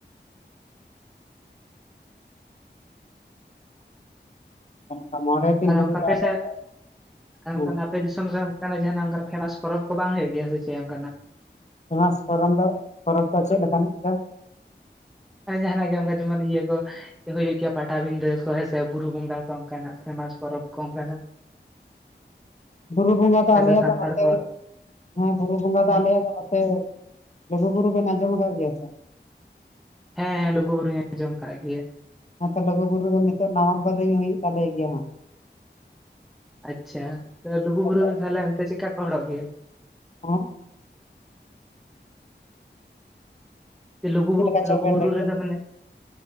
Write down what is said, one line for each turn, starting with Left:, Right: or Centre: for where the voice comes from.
Left: ᱦᱮᱸ ᱢᱚᱬᱮ ᱫᱤᱱ
Centre: ᱟᱨ
Left: ᱦᱟᱹᱵᱤᱡ
Centre: ᱚᱱᱠᱟ ᱟᱯᱮ
Left: ᱫᱚ ᱟᱞᱮᱭᱟᱜ
Centre: ᱥᱮᱫ,
Left: ᱫᱚ
Centre: ᱚᱱᱠᱟᱱᱟᱜ
Left: ᱦᱮᱸ
Centre: ᱟᱯᱮ ᱫᱤᱥᱚᱢ ᱥᱮᱫ ᱚᱱᱠᱟᱱᱟᱜ ᱡᱟᱦᱱᱟᱜ ᱚᱱᱠᱟ ᱯᱷᱮᱢᱟᱥ ᱯᱚᱨᱚᱵᱽ ᱠᱚ ᱵᱟᱝ ᱦᱩᱭᱩᱜ ᱜᱮᱭᱟ ᱥᱮ ᱪᱮᱫ ᱚᱱᱠᱟᱱᱟᱜ?
Left: ᱯᱷᱮᱢᱟᱥ ᱯᱚᱨᱚᱱ ᱫᱚ ᱯᱚᱨᱚᱵᱽ ᱫᱚ ᱪᱮᱫ ᱞᱮᱠᱟᱱᱟᱜ ᱪᱚ?
Centre: ᱢᱟᱱᱮ ᱡᱟᱦᱟᱱᱟᱜ ᱜᱮ ᱚᱱᱠᱟ ᱡᱮᱢᱚᱱ ᱤᱭᱟᱹ ᱠᱚ ᱦᱩᱭᱩᱜ ᱜᱮᱭᱟ ᱯᱟᱴᱟᱵᱤᱸᱫᱟᱹ ᱠᱚ ᱦᱮᱸᱥᱮ ᱵᱩᱨᱩ ᱵᱚᱸᱜᱟ ᱠᱚ ᱚᱱᱠᱟᱱᱟᱜ ᱯᱷᱮᱢᱟᱥ ᱯᱚᱨᱚᱵᱽ ᱠᱚ ᱚᱱᱠᱟᱱᱟᱜ? <inaudible>
Left: ᱵᱩᱨᱩ ᱵᱚᱸᱜᱟ ᱫᱚ
Centre: ᱦᱮᱸ
Left: ᱟᱞᱮᱭᱟᱜ
Centre: ᱥᱮ ᱥᱟᱱᱛᱟᱲ
Left: ᱫᱚ ᱱᱚᱛᱮ
Centre: ᱠᱚᱣᱟᱜ
Left: ᱦᱮᱸ ᱵᱩᱨᱩ ᱵᱚᱸᱜᱟ
Centre: ᱦᱮᱸ
Left: ᱫᱚ ᱟᱞᱮᱭᱟᱜ ᱱᱚᱛᱮ, ᱞᱩᱜᱩ ᱵᱩᱨᱩ ᱵᱮᱱ ᱟᱸᱡᱚᱢ ᱟᱠᱟᱫ ᱜᱮᱭᱟ ᱛᱚ?
Centre: ᱦᱮᱸ ᱦᱮᱸ ᱞᱩᱜᱩ ᱵᱩᱨᱩᱧ ᱟᱸᱡᱚᱢ ᱠᱟᱜ ᱜᱮᱭᱟ᱾
Left: ᱱᱚᱛᱮ ᱞᱩᱜᱩ ᱵᱩᱨᱩ ᱫᱚ ᱱᱤᱛᱚᱜ ᱱᱚᱵᱷᱮᱢᱵᱚᱨ ᱨᱮᱜᱮ ᱦᱩᱭᱩᱜ ᱛᱟᱞᱮ ᱜᱮᱭᱟ ᱦᱟᱸᱜ᱾
Centre: ᱟᱪᱪᱷᱟ ᱞᱩᱜᱩ
Left: ᱟᱞᱮ
Centre: ᱵᱩᱨᱩ ᱫᱚ
Left: ᱦᱮᱸ
Centre: ᱛᱟᱦᱚᱞᱮ ᱚᱱᱛᱮ ᱪᱤᱫᱠᱟ ᱠᱚ ᱦᱚᱲᱚᱜ ᱜᱮᱭᱟ?
Left: ᱦᱮᱸ?
Centre: ᱞᱩᱜᱩ
Left: ᱪᱮᱫ ᱞᱮᱠᱟ
Centre: ᱞᱩᱜᱩᱵᱩᱨᱩ
Left: ᱪᱚᱵᱮ ᱞᱟᱹᱭ
Centre: ᱨᱮᱫᱚ
Left: ᱠᱮᱫ
Centre: ᱢᱟᱱᱮ